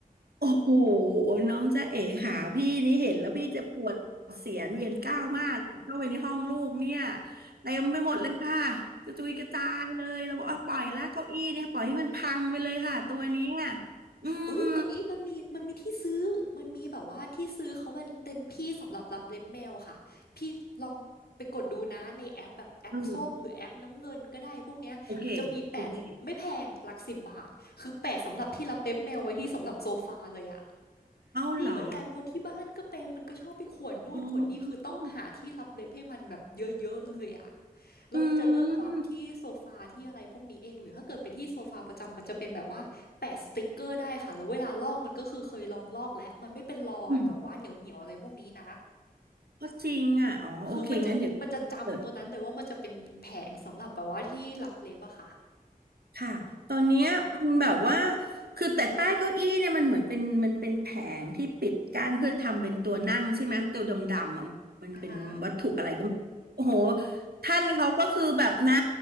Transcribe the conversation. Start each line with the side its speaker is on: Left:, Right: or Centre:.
Right: โอ้โหน้องจ๊ะเอ๋ค่ะพี่นี่เห็นแล้วพี่จะปวดเสียนเวียนก้าวมากเข้าไปในห้องลูกเนี่ยเต็มไปหมดเลยค่ะกระจุยกระจายเลยเราบอกอ่ะปล่อยละเก้าอี้เนี่ยปล่อยให้มันพังไปเลยค่ะตัวเนี้ยอืม
Left: เอ้ยเก้าอี้มันมีมันมีที่ซื้อ มันมีแบบว่าที่ซื้อเขาเป็นเต็นที่สำหรับรับเล็บแมวอะค่ะ พี่ลองไปกดดูนะในแอปแบบแอปส้มหรือแอปน้ำเงินก็ได้พวกเนี้ยมันจะมีแปะเลยไม่แพงหลักสิบบาทคือแปะสำหรับที่รับเล็บแมวไว้ที่สำหรับโซฟาเลยอะ
Right: เออโอเคโอเคเอาเหรอ
Left: มีเหมือนกันเพราะที่บ้านก็เป็นมันก็ชอบไปข่วนนู่นข่วนนี่คือต้องหาที่รับเล็บให้มันแบบเยอะๆเลยอะ
Right: อ๋อ
Left: แล้วมันจะเลิกรับที่โซฟาที่อะไรพวกนี้เองหรือถ้าเกิดเป็นที่โซฟาประจำมันจะเป็นแบบว่าแปะสติกเกอร์ได้ค่ะแล้วเวลาลอกมันก็คือเคยลองลอกแล้วมันไม่เป็นรอยแบบว่าเหนียวๆอะไรพวกนี้นะ
Right: อืมอืมก็จริงอ่ะอ๋อโอเคงั้นเดี๋ยวพี่เกิด
Left: คือมันจะมันจะจำตัวนั้นเลยว่ามันจะเป็นเป็นแผงสำหรับแบบว่าที่รับเล็บอะค่ะ
Right: ค่ะ ตอนเนี้ยมันแบบว่า คือแต่ใต้เก้าอี้เนี่ยมันเหมือนเป็นมันเป็นแผงที่ปิดกั้นเพื่อทำเป็นตัวนั่งใช่ไหมตัวดำๆอะมันเป็นวัตถุอะไรก็ไม่โอ้โห
Left: อ่ฮะ
Right: ท่านเขาก็คือแบบนะ